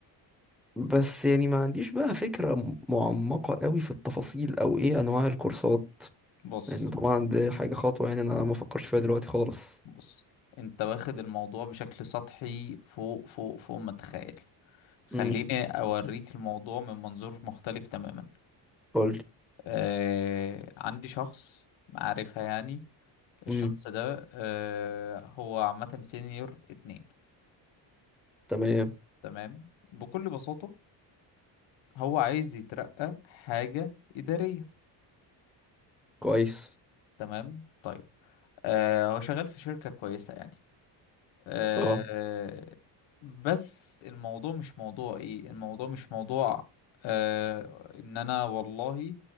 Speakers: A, in the centre; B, on the left (about 80°).
A: بس يعني ما عنديش بقى فكره م- معمقه قوي في التفاصيل او ايه انواع الكورسات
B: بص
A: يعني طبعا دي حاجه خطوه يعني انا ما فكرش فيها دلوقتي خالص
B: بص انت واخد الموضوع بشكل سطحي فوق فوق فوق ما تتخيل خليني
A: امم
B: أوريك الموضوع من منظور مختلف تماما
A: قول
B: آه عندي شخص معرفة يعني الشخص
A: امم
B: ده آه هو عامة سينيور اتنين
A: تمام
B: تمام بكل بساطة هو عايز يترقى حاجة إدارية
A: كويس
B: تمام طيب آه هو شغال في شركة كويسة يعني آه،
A: اه
B: بس الموضوع مش موضوع ايه الموضوع مش موضوع آه، ان انا والله